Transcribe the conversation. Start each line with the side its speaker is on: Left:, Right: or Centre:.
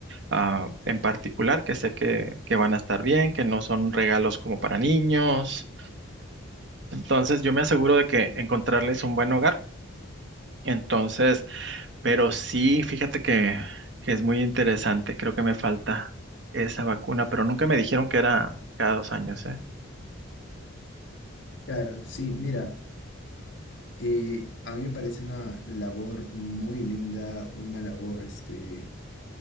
Right: ah, en particular que sé que, que van a estar bien, que no son regalos como para niños. Entonces yo me aseguro de que encontrarles un buen hogar. Entonces, pero sí, fíjate que, que es muy interesante. Creo que me falta esa vacuna, pero nunca me dijeron que era cada dos años, ¿eh?
Left: Claro, sí, mira, eh, a mí me parece una labor muy linda, una labor este,